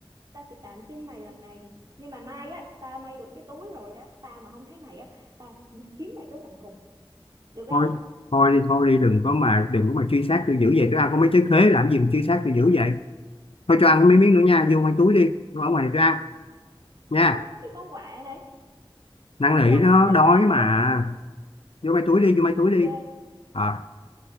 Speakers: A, on the right; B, on the left.
A: tao sẽ tạm tin mày lần này nhưng mà mai á tao may được cái túi rồi á tao mà không thấy mày á tao sẽ đi kiếm mày tới tận cùng được không
B: thôi thôi đi thôi đi đừng có mà đừng có mà truy sát tôi dữ vậy tôi ăn có mấy trái khế làm gì mà truy sát tôi dữ vậy thôi cho ăn có mấy miếng nữa nha vô ngoài túi đi tôi ở ngoài này tôi ăn nha
A: không cái con quạ này
B: năn
A: thôi được
B: nỉ
A: rồi
B: nó
A: mày
B: đói
A: cứ ăn đi
B: mà vô mấy túi đi vô mấy
A: ok
B: túi đi ờ